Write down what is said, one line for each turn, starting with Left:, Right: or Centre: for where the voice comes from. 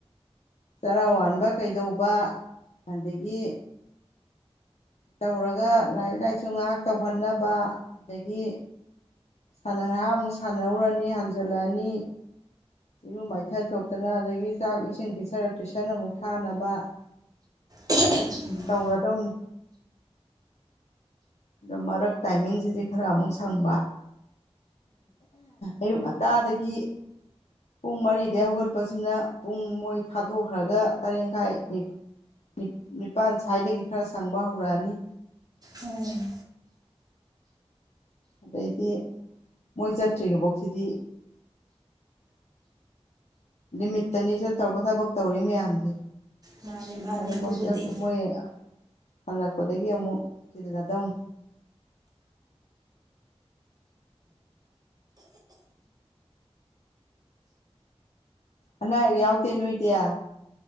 Left: ꯇꯔꯥ ꯋꯥꯟꯕ ꯀꯩꯗꯧꯕ ꯑꯗꯒꯤ ꯇꯧꯔꯒ ꯂꯥꯏꯔꯤꯛ ꯂꯥꯏꯁꯨ ꯉꯥꯍꯥꯛ ꯇꯧꯍꯟꯅꯕ ꯑꯗꯒꯤ ꯍꯥꯟꯅ ꯉꯥꯍꯥꯛ ꯑꯃꯨꯛ ꯁꯥꯟꯅꯧꯔꯅꯤ ꯍꯟꯖꯜꯂꯛꯑꯅꯤ ꯏꯔꯨ ꯃꯥꯏꯊ ꯊꯣꯛꯇꯅ ꯑꯗꯒꯤ ꯆꯥꯛ ꯏꯁꯤꯡ ꯄꯤꯖꯔ ꯇꯨꯏꯁꯟ ꯑꯃꯨꯛ ꯊꯥꯅꯕ <inaudible>
Right: ꯎꯝ
Left: ꯇꯧꯔꯗꯧꯅꯤ ꯑꯗꯣ ꯃꯔꯛ ꯇꯥꯏꯃꯤꯡꯖꯤꯗꯤ ꯈꯔ ꯑꯃꯨꯛ ꯁꯪꯕ ꯑꯌꯨꯛ ꯉꯟꯇꯥꯗꯒꯤ ꯄꯨꯡ ꯃꯔꯤꯗꯩꯩ ꯍꯧꯒꯠꯄꯖꯤꯅ ꯄꯨꯡ ꯃꯣꯏ ꯊꯥꯗꯣꯛꯈ꯭ꯔꯒ ꯇꯔꯦꯡꯈꯥꯏ ꯅꯤ ꯅꯤꯞ ꯅꯤꯄꯥꯥꯟ ꯁ꯭ꯋꯥꯏꯗꯒꯤ ꯈꯔ ꯁꯪꯕ ꯍꯧꯔꯛꯑꯅꯤ
Right: ꯎꯝ
Left: ꯑꯗꯩꯗꯤ ꯃꯣꯏ ꯆꯠꯇ꯭ꯔꯤꯕꯣꯛꯁꯤꯗꯤ ꯂꯤꯃꯤꯠꯇꯅꯤ ꯆꯠꯇꯧꯕ ꯊꯕꯛ ꯇꯧꯔꯤ ꯃꯌꯥꯝꯖꯦ
Right: ꯃꯥꯅꯦ ꯃꯥꯅꯦ
Left: ꯑꯗ
Right: ꯑꯗꯨꯕꯨꯗꯤ
Left: ꯃꯣꯏ ꯆꯠ ꯃꯣꯏ ꯍꯜꯂꯛꯄꯗꯒꯤ ꯑꯃꯨꯛ ꯆꯤꯜꯂꯗꯧꯅꯤ ꯑꯅꯥ ꯑꯌꯦꯛ ꯌꯥꯎꯗꯦ ꯅꯣꯏꯗꯤꯌꯥ